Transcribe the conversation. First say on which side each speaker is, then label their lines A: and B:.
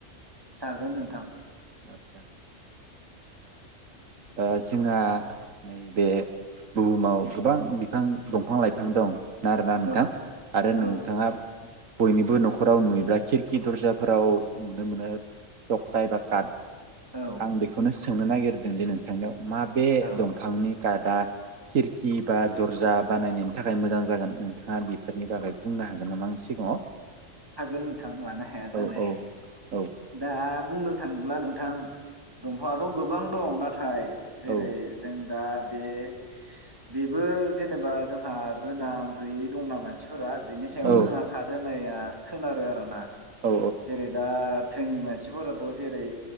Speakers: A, on the right (about 15°); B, on the right (about 85°).
A: जागोन नोंथां।
B: आदसा ओ जोंहा बे बुहुमाव गोबां बिफां दंफां लाइफां दं। ना आरोना नोंथां
A: औ
B: आरो नोंथाङा
A: औ
B: बयनिबो न'खराव नुयोब्ला खिर खि दरजाफोराव नुनो मोनो थखथा एबा कात।
A: औ
B: आं बेखौनो सो सोंनो नागिरदोंदि नोंथांनियाव मा बेे
A: औ
B: दंफांनि कादा खिरखि बा दर्जा बानायनायनि थाखाय मोजां जागोन नोंथाङा बेफोरनि बागै बुंनो हागोन नामा आं सिगाङाव?
A: हागोन नोंथां मानो हाया जानो।
B: औ औ औ
A: दा बुंनो थाङोला नोंथां दंफाङाथ' गोबां दं नाथाय जेरै
B: औ
A: जों दा बे बेबो जेनेबा जोंहा गोनां गैयै दंना मानसिफोरा बेनि सायावबो
B: औ
A: जोंहा खाद होनाया सोनारो आरो ना।
B: औ
A: जेरै दा थोनि मानसिफोराथ' जेरै